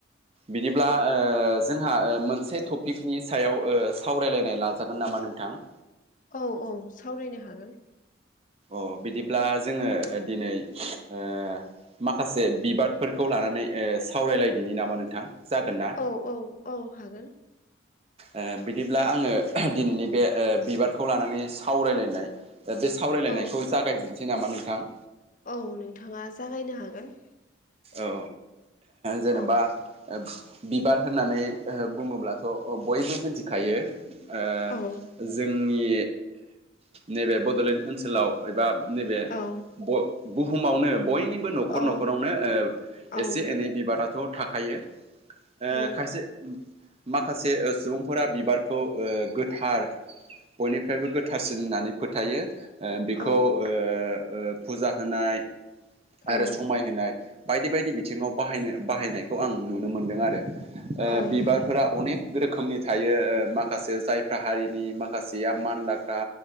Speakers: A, on the right; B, on the left.
A: बिदिब्ला ओ जोंहा ओ मोनसे टपिकनि सायाव ओं सावरायलायनाय लाजागोन नामा? नामा नोंथां
B: औ औ सावरायनो हागोन
A: अ बिदिब्ला जोङो दिनै ओ माखासे बिबारफोरखौ लानानै ओ सावरायलायदिनि नामा नोंथां जागोन ना
B: औ औ औ हागोन
A: ओ बिदिब्ला आङो दिनैनि बे ओ बिबारखौ लानानै सावरायलायनाय बे सावरायलायनायखौ
B: औ
A: जागायजेनसै नामा नोंथां
B: औ नोंथाङा जागायनो हागोन
A: औ जेनेबा
B: औ
A: ओ बिबार होननानै ओ बुङोब्लाथ' ओं बयबो मोनथिखायो ओं
B: औ
A: जोंनि नैबे बड'लेण्ड ओनसोलाव एबा नैबे
B: औ
A: ब-बुहुमावनो बयनिबो नखर
B: औ
A: नखरावनो ओ
B: औ
A: एसे एनै बिबाराथ' थाखायो ओ
B: औ
A: खायसे माखासे सुबुंफोरा बिबारखौ ओ गोथार बयनिफ्रायबो गोथारसिन होननानै फोथायो ओ बेखौ
B: औ
A: ओ ओ फुजा होनाय आरो
B: औ
A: समायहोनाय बायदि बायदि बिथिङाव बाहायनो बाहायनायखौ आं नुनो मोनदों आरो ओ
B: औ
A: बिबारफोरा अनेक रोखोमनि थायो ओ माखासे जायफ्रा हारिनि माखासेया मानलाग्रा